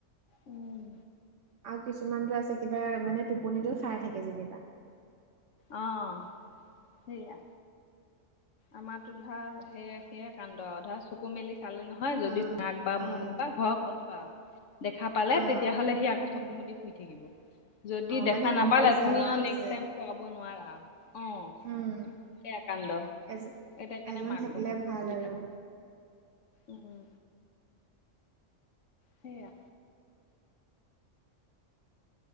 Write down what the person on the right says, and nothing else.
আৰু কিছুমানটো আছে, কিবা মানে টোপনিতে খাই থাকে যেনিবা।
অ',
অ',
অ',
উম,
অ',
মানে গম
পাইছে
আছে
উম,
এজ
এজন
থাকিলে
ভাল
আৰু